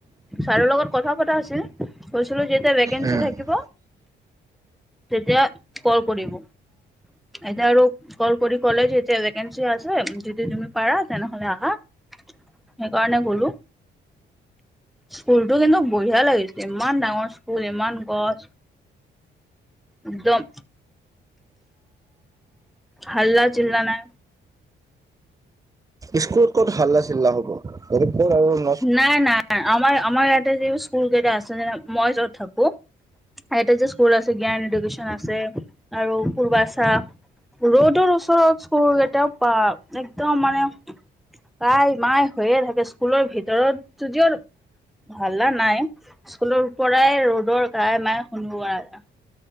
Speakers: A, in the centre; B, on the right.
A: ছাৰৰ লগত কথা পতা হৈছিল, কৈছিলো যেতিয়া ভেকেঞ্চি
B: উম
A: থাকিব তেতিয়া কল কৰিব। এতিয়া আৰু কল কৰি ক'লে যে এতিয়া ভেকেঞ্চি আছে যদি তুমি পাৰা তেনেহ'লে আহা, সেইকাৰণে গ'লো। স্কুলতো কিন্তু বঢ়িয়া লাগিছে, ইমান ডাঙৰ স্কুল ইমান গছ একদম হাল্লা জিলা নাই
B: স্কুলত ক'ত হাল্লা চিল্লা হ'ব <unintelligible>
A: নাই নাই আমাৰ আমাৰ ইয়াতে যি স্কুল কেইটা আছে যে মই য'ত থাকো এইটে স্কুল আছে জ্ঞান এডুকেশ্যন আছে আৰু পুৰ্বাছা ৰডৰ ওচৰত স্কুৰ <unintelligible> একদম মানে কাই মায় হৈয়ে থাকে স্কুলৰ ভিতৰত যদিও হাল্লা নাই স্কুলৰ পৰাই ৰডৰ কাই মাই শুনো আৰু।